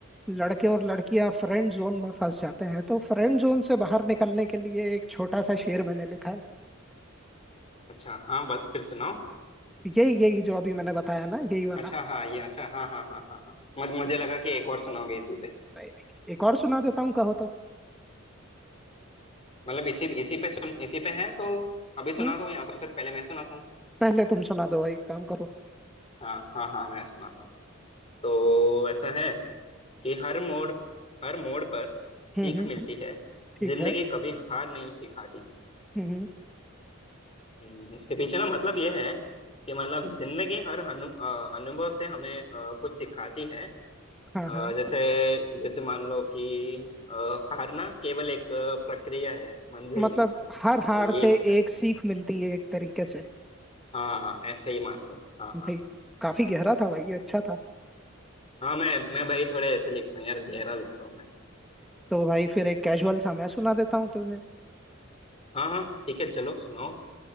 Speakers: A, in the centre; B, on the left.
A: लड़के और लड़कियां फ्रेंड जोन में फंस जाते हैं तो फ्रेंड जोन से बाहर निकलने के लिए एक छोटा सा शेर मैंने लिखा है
B: अच्छा हाँ बस फिर सुनाओ
A: यही यही जो अभी मैंने बताया ना यही वाला
B: अच्छा हाँ ये अच्छा हाँ हाँ हाँ हाँ हाँ मत- मुझे लगा कि एक और सुनाओगे इसी पे
A: नहीं नहीं एक और सुना देता हूँ कहो तो
B: मतलब इसी इसी पे सुन इसी पे है तो अभी सुना
A: हम्म
B: दो या तो फिर पहले मैं सुनाता हूँ
A: पहले तुम सुना दो भाई एक काम करो
B: हाँ हाँ हाँ मैं सुनाता हूँ तो ऐसा है कि हर मोड़ हर मोड़ पर सीख
A: हम्म हम्म
B: मिलती है
A: ठीक
B: जिंदगी
A: है
B: कभी हार नहीं सिखाती
A: हम्म हम्म
B: हम्म, इसके पीछे ना मतलब ये है कि मतलब जिंदगी हर अनु, अ, अनुभव से हमें अ, कुछ सिखाती है अ,
A: हाँ हाँ
B: जैसे जैसे मान लो कि अ, हारना केवल एक प्रक्रिया है मंजिल
A: मतलब
B: नहीं
A: हर
B: तो
A: हार
B: ये
A: से
B: होता है
A: एक
B: यार
A: सीख मिलती है एक तरीके से
B: हाँ हाँ ऐसे ही मान लो हाँ
A: भाई
B: हाँ
A: काफी गहरा था भाई अच्छा था
B: हाँ मैं मैं भाई थोड़े ऐसे लिखता हूँ यार गहरा लिखता हूँ मैं
A: तो भाई फिर एक कैजुअल सा मैं सुना देता हूँ तुमने
B: हाँ हाँ ठीक है चलो सुनाओ